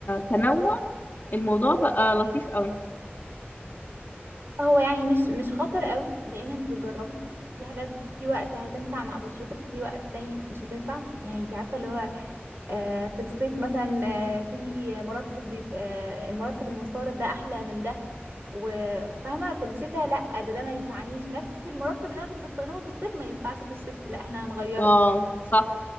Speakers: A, on the left; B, on the right.
A: تنوع الموضوع بقى لطيف قوي
B: هو يعني مش مش خطر قوي لان انت بتجربي في حاجات في وقت هتنفع مع بشرتك وفي وقت تاني مش هتنفع يعني انت عارفة اللي هو آه، في الصيف مثلا آه، في مرطب بيبقى آه، المرطب المستورد ده احلى من ده وفاهمة في الشتاء لا ده ده ما ينفعنيش نفس المرطب اللي انا كنت بستخدمه في الصيف ما ينفعش في الشتاء لا احنا هنغيره
A: اه صح